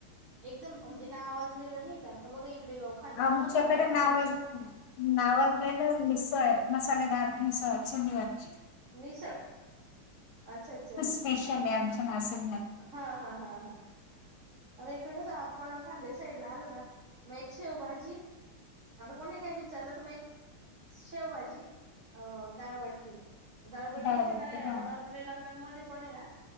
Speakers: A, on the right; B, on the left.
A: एकदम म्हणजे ना आवाजलेलं नाही का आता बघा इकडे खानदेश
B: आमच्याकडे
A: तुम्हाला सांगितलं
B: नावाज
A: खानदेश
B: नावाजले ना मिसळ आहे मसालेदार ह न्यवादची
A: मिसळ अच्छा अच्छा
B: स्पेशल आमच्या ना
A: हा हा हा हा अ इकडे आपण खांदे साईड ला आलो ना मग एक शेवभाजी आता कोणी काही विचारलं तर म एक शेवभाजी अ दाळबट्टी गळबटी
B: डाळ
A: इथे
B: हा
A: काय आहे ना नॉर्मली लग्नांमध्ये पण आहे ना